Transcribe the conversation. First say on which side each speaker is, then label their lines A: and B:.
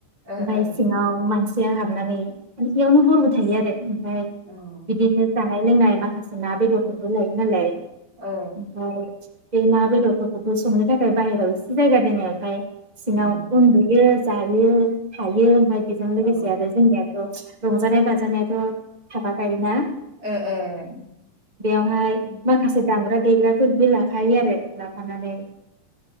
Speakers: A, on the right; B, on the right.
A: ओ
B: ओमफाय
A: ओ
B: सिङाव मानसि सिया हाबनानै मानसियावनो हरबो थायो आरो ओमफ्राय
A: उम
B: बिदिनो जा जानाय लोंनाय माखासे ना बेदरफोरबो लायो नालाय ओमफाय
A: ओ
B: बे ना बेदरफोरखौबो संनो थाखाय बाहेराव एसे जायगा दोनो ओमफाय सिङाव
A: उम
B: उन्दुयो जायो थायो बाइदि जों लोगोसे
A: ओ
B: जोंनिया रंजानाय बाजानायाथ' थाफाखायोना
A: ओ-ओ
B: बेयावहाय माखासे दामग्रा देग्राफोरबो लाखायो आरो लाफानानै